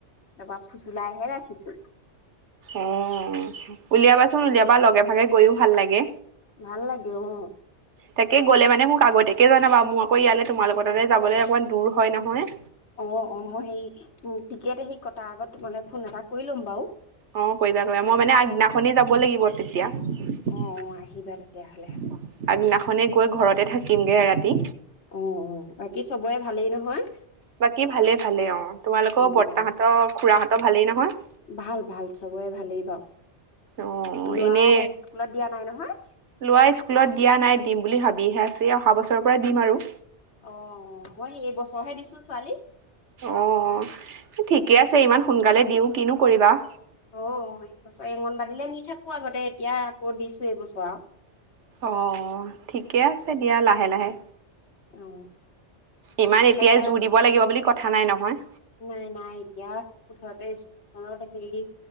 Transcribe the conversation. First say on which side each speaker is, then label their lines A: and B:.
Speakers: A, on the left (about 70°); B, on the right (about 75°).
A: তাপা ফুচুলাই হে ৰাখিছো।
B: অঁ, উলিয়াবা চোন উলিয়াবা, লগে ভাগে গৈও ভাল লাগে।
A: ভাল লাগে <inaudible>
B: তাকে গ'লে মানে মোক আগতীয়াকে জনাবা, মোৰ আকৌ ইয়ালৈ তোমালোকৰ তালৈ যাবলে অকণমান দূৰ হয় নহয়।
A: অঁ অঁ <unintelligible> কটাৰ আগত তোমালে ফোন এটা কৰি ল'ম বাও।
B: অঁ কৰিবা কৰিবা, মই মানে আগদিনা খনে যাব লাগিব তেতিয়া। আগদিনাখনে
A: অ অ আহিবা তেতিয়াহ'লে
B: গৈ ঘৰতে থাকিম গে ৰাতি।
A: অঁ অঁ বাকী চ'বৰে ভালেই নহয়?
B: বাকী ভালে ভালে অঁ তোমালোকৰ
A: অ
B: বৰতাহঁতৰ
A: অ
B: খুৰাহঁতৰ ভালেই নহয়?
A: ভাল ভাল চ'বৰে ভালেই বাও,
B: অ
A: ল'ৰা
B: এনে
A: সেই স্কুলত দিয়া নাই নহয়?
B: ল'ৰা স্কুলত দিয়া নাই দিম বুলি ভাবিহে আছো, এই অহা বছৰৰ পৰা দিম আৰু।
A: অ' মই এই বছৰহে দিছো ছোৱালী।
B: অঁ ঠিকে আছে ইমান সোনকালে দি কিনো কৰিবা?
A: অ' এই অংগনবাড়ীলে নি থাকো আগতে এতিয়া আকৌ দিছো এইবছৰ আও
B: অঁহ ঠিকে আছে দিয়া, লাহে লাহে।
A: অ
B: ইমান
A: তাৰপৰা
B: এতিয়াই
A: ইয়াৰ
B: জুৰ দিব লাগিব বুলি কথা নাই নহয়।
A: নাই নাই এতিয়া মুঠতে স্কুলখনত হেৰি